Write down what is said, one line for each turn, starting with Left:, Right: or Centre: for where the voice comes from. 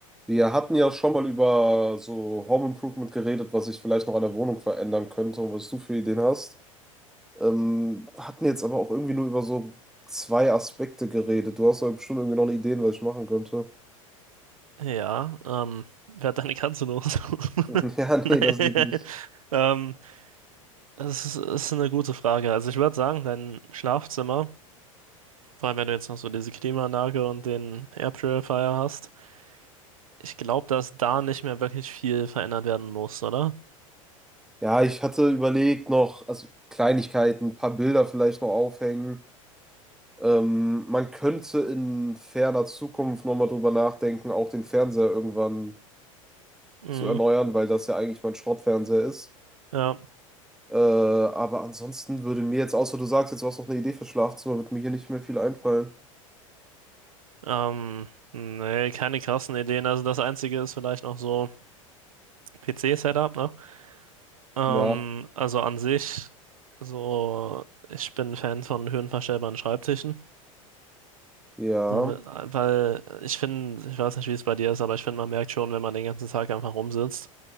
Centre: Wir hatten ja schon mal über so Home Improvement geredet, was ich vielleicht noch an der Wohnung verändern könnte und was du für Ideen hast. Ähm, hatten jetzt aber auch irgendwie nur über so zwei Aspekte geredet. Du hast aber bestimmt irgendwie noch eine Ideen, was ich machen könnte.
Right: Ja, ähm, wer hat deine Katze noch? <laughs>
Centre: <laughs> Ja, nee,
Right: Nein.
Centre: das geht nicht.
Right: Ähm, das ist, ist eine gute Frage. Also ich würde sagen, dein Schlafzimmer, vor allem wenn du jetzt noch so diese Klimaanlage und den Air Purifier hast, ich glaube, dass da nicht mehr wirklich viel verändert werden muss, oder?
Centre: Ja, ich hatte überlegt noch, also Kleinigkeiten, ein paar Bilder vielleicht noch aufhängen. Ähm, man könnte in ferner Zukunft nochmal drüber nachdenken, auch den Fernseher irgendwann
Right: Mhm.
Centre: zu erneuern, weil das ja eigentlich mein Schrottfernseher ist.
Right: Ja.
Centre: Äh, aber ansonsten würde mir jetzt, außer du sagst, jetzt warst du noch eine Idee fürs Schlafzimmer, wird mir hier nicht mehr viel einfallen.
Right: Ähm, nee, keine krassen Ideen. Also das Einzige ist vielleicht noch so PC-Setup, ne? Ähm,
Centre: Ja,
Right: also an sich, so, ich bin Fan von höhenverstellbaren Schreibtischen.
Centre: ja.
Right: Sondern, äh, weil ich finde, ich weiß nicht, wie es bei dir ist, aber ich finde, man merkt schon, wenn man den ganzen Tag einfach rumsitzt,